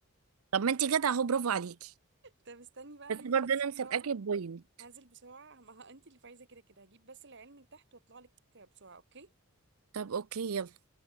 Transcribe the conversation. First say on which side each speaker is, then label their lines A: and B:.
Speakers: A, on the right; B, on the right.
A: طب ما انت جدع اهو برافو عليكي
B: طب استني بقى
A: بس برضه
B: هنزل بس
A: انا مسابقاكي
B: بسرعة
A: بوينت
B: هنزل بسرعة <laughs> ما هو انتي اللي فايزة كده كده هجيب بس العلم من تحت واطلع لك بسرعة اوكي
A: طب اوكي يلا